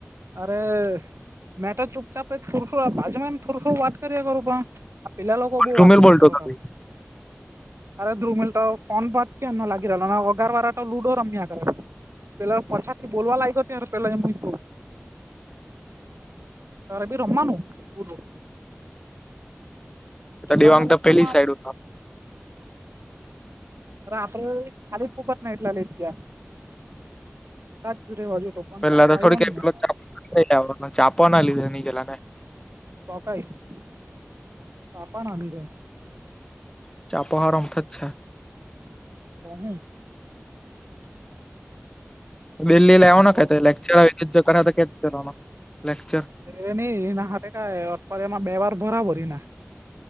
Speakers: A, on the right; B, on the left.
A: અરે મે તો ચુપચાપ એ <unintelligible> બાજુમાં એમ થોડું થોડું વાત કરીયા કરું પણ પેલા લોકો બઉ વાત
B: જુમેલ
A: કરતા
B: બોલતો
A: હતા
B: હતો
A: અરે દ્રુમિલ તો ફોન બા કે ન લાગી રહલો ને અગારવારા તો લુડો રમીયા કરે પેલા પાછળથી બોલવા લાયગા ત્યારે પેલો એમ નીકળું તારે ભી રમવાનું? <unintelligible> મુલ્લાના
B: દેવાંગ
A: લેક્ચરમાં
B: તો પહેલી સાઈડ હોય
A: અને આપડે ખાલી ફોક્ટના એટલા લેટ ગયા તાજ જ રેવા જોતો પણ
B: પેલા
A: ચાપો
B: તો
A: આવ્યો
B: થોડી કોઈ
A: નઈ
B: <unintelligible>
A: ને
B: ચાપવાના લીધે નહી ગયેલા ને
A: તો કંઇ, <unintelligible> ના લીધે
B: <unintelligible>
A: તો હું
B: તો દિલ્હી
A: ચાપો
B: લેવાનો તો કહેતા
A: ચાપો
B: લેકચર એટલે જતાં હતા કરે તો લેક્ચર
A: રે નહી એ ના હાથે કાય <unintelligible> એમાં બેવાર બરાવો રે ના